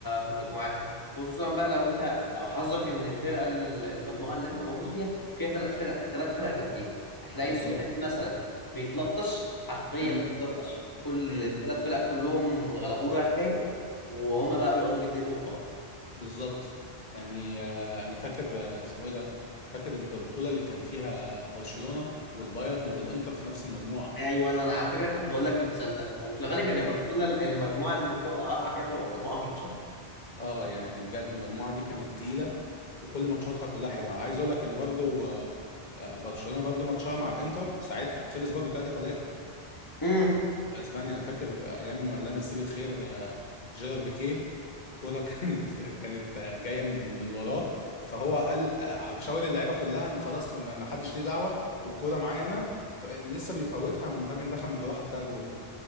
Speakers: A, on the left; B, on the left.
A: في المجموعات خصوصا بقى لو انت لو حظك ان الفرقة ال- المجموعة اللي انت موجود فيها فيها ثلاث فرق ثلاث فرق جامدين هتلاقي
B: بالظبط
A: ان في فريق مثلا بيتلطش حرفيا
B: امم
A: بيتلطش كل
B: امم
A: الثلاث فرق كلهم غلبوه رايح جاي وهما بقى بيقعدوا بيدبوا في بعض
B: بالظبط يعني آه انا فاكر آه اسمه ايه ده فاكر البطوله اللي كان فيها برشلونه والبايرن والانتر في نفس المجموعه
A: ايوه انا أنا على فكره كنت هقول لك المثال ده وفي الغالب يعني
B: بجد
A: برشلونه المجموعه اللي بتبقى واقعه فيها بتبقى مجموعه مشطشطه
B: اه يعني بجد المجموعه دي كانت تقيله وكل ماتشاتها كلها حلوه عايز اقول لك ان برضو آه، آه، برشلونه برضو ماتشها مع الانتر ساعتها خلص برضو 3 3
A: امم
B: اسبانيا انا فاكر ايام الله يمسيه بالخير آه، جيرار بيكيه كوره <laughs> كانت كانت آه، جايه من من وراه فهو قال آه، شاور اللعيبه كلها ان خلاص ما ما حدش ليه دعوه والكوره معايا انا ف- لسه بيفوتها والمهاجم دخل من وراه حطها جول